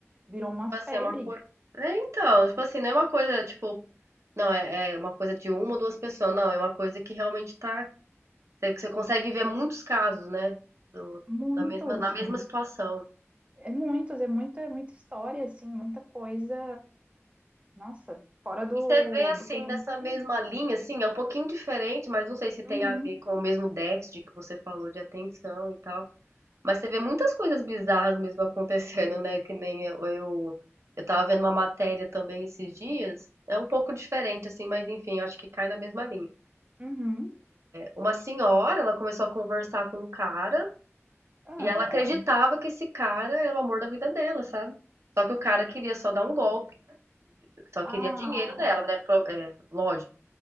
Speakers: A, on the right (about 25°); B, on the right (about 75°).
A: virou uma
B: Tipo
A: febre.
B: assim, é uma coisa. É, então, tipo assim, não é uma coisa, tipo, não, é, é uma coisa de uma ou duas pessoas, não, é uma coisa que realmente tá. Você, você consegue ver muitos casos, né? do-
A: Muitos,
B: da mesma, na mesma situação.
A: é muitos, é muita, é muita história, assim, muita coisa, nossa, fora do,
B: E você vê assim,
A: do que a gente
B: dessa
A: pode.
B: mesma linha, assim, é um pouquinho diferente, mas não sei se tem
A: Uhum,
B: a ver com o mesmo déficit que você falou de atenção e tal. Mas você vê muitas coisas bizarras mesmo <laughs> acontecendo, né? Que nem eu, eu, eu tava vendo uma matéria também esses dias. É um pouco diferente, assim, mas enfim, acho que cai na mesma linha.
A: uhum.
B: Uma senhora, ela começou a conversar com um cara
A: Ah,
B: e ela acreditava que esse cara era o amor da vida dela, sabe? Só que o cara queria só dar um golpe, só queria
A: ah,
B: dinheiro dela, né? Pro- é, lógico.